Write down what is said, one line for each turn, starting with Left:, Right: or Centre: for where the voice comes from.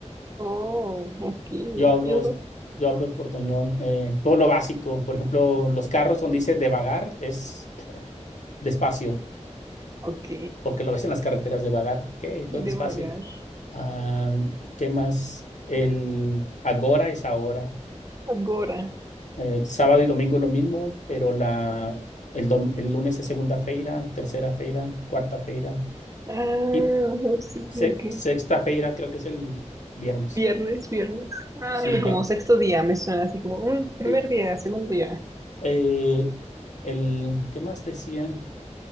Right: Oh, ok.
Left: yo hablo,
Right: Yo,
Left: es-
Right: so-
Left: yo hablo portoñol, eh, todo lo básico, por ejemplo, los carros donde dice devagar es despacio,
Right: ok.
Left: porque lo ves en las carreteras devagar, ¿qué? Pues
Right: Devagar.
Left: Despacio. Ah, ¿qué más? El agora es ahora.
Right: Agora.
Left: Eh, sábado y domingo lo mismo, pero la, el, dom- el lunes es segunda feira, tercera feira, cuarta feira,
Right: Ah,
Left: qui-
Right: no, sí,
Left: se-
Right: ok.
Left: sexta feira creo que es el viernes.
Right: Viernes, viernes. Ah,
Left: Sí,
Right: como
Left: ya.
Right: sexto día me suena así como un primer
Left: Sí.
Right: día, segundo día.
Left: Eh, el, ¿qué más decían?